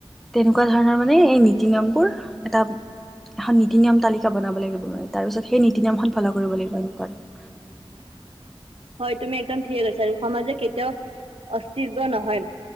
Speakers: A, in the centre; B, on the right (about 80°).
A: তেনেকুৱা ধৰণৰ মানে এই নী- তি নিয়মবোৰ এটা এখন নীতি নিয়ম তালিকা বনাব লাগিব মানে তাৰ পিছত সেই নীতি নিয়ম খন ফ'লক। কৰিব লাগিব এনেকুৱাত।
B: হয়ঁ তুমি একদম ঠিকে কৈছা আৰু সমাজে কেতিয়াও অস্তিত্ব নহয়।